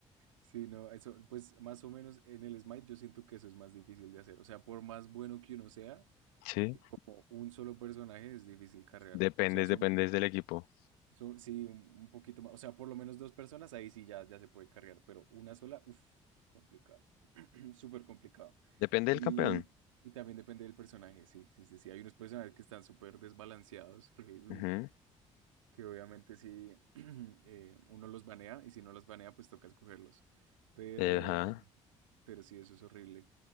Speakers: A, on the right; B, on the left.
A: Sí, no, eso, pues más o menos en el Smite yo siento que eso es más difícil de hacer. O sea, por más bueno que uno sea.
B: Sí.
A: Y como un solo personaje es difícil cargar.
B: Dependes,
A: O sea, son,
B: dependes del equipo.
A: son- sí, un, un poquito más. O sea, por lo menos dos personas, ahí sí ya, ya se puede cargar, pero una sola, uff, complicado. <clears throat> Súper complicado.
B: Depende
A: Y,
B: del campeón.
A: y también depende del personaje, sí, sí, sí, sí. Hay unos personajes que están súper desbalanceados, que, uy,
B: Ujú.
A: que obviamente si <clears throat> uno los banea y si no los banea pues toca escogerlos. Pero,
B: Eh, Ajá,
A: pero sí, eso es horrible.